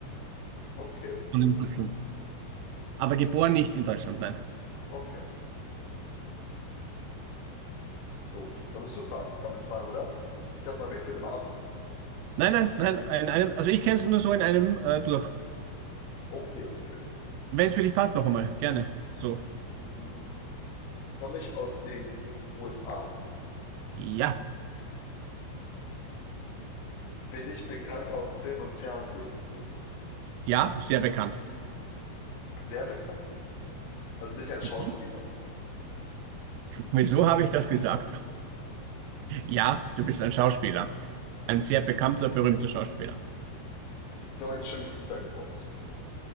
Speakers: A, on the left (about 75°); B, on the right (about 80°).
A: okay,
B: Von den Wurzeln. Aber geboren nicht in Deutschland, nein.
A: okay, okay. So, dann bist du fragen, damit fragen, oder? Ich dachte, man wechselt immer ab.
B: Nein, nein, nein. In einem, also ich kenne es nur so in einem äh, durch.
A: Okay, okay.
B: Wenn es für dich passt, noch einmal. Gerne. So.
A: Hm, komme ich aus den USA?
B: Ja,
A: Bin ich bekannt aus Film und Fernsehen?
B: ja, sehr bekannt.
A: Sehr bekannt. Also bin ich ein Schauspieler
B: Hm, Wieso habe ich das gesagt? Ja, du bist ein Schauspieler. Ein sehr bekannter, berühmter Schauspieler.
A: mit deutschem Hintergrund.